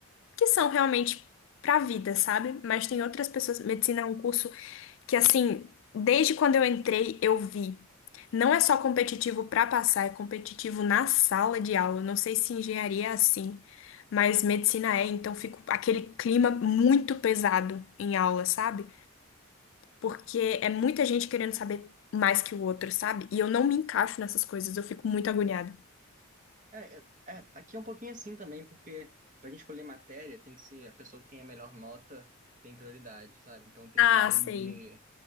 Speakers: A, on the left; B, on the right.
A: que são realmente pra vida, sabe? Mas tem outras pessoas, medicina é um curso que assim, desde quando eu entrei, eu vi. Não é só competitivo pra passar, é competitivo na sala de aula. Eu Não sei se engenharia é assim, mas medicina é, então fica aquele clima muito pesado em aula, sabe? porque é muita gente querendo saber mais que o outro, sabe? E eu não me encaixo nessas coisas, eu fico muito agoniada.
B: É, é, é, tá aqui é um pouquinho assim também, porque pra gente escolher matéria, tem que ser a pessoa que tem a melhor nota tem prioridade, sabe? Então tem
A: Ah,
B: um pouquinho
A: sei.
B: de,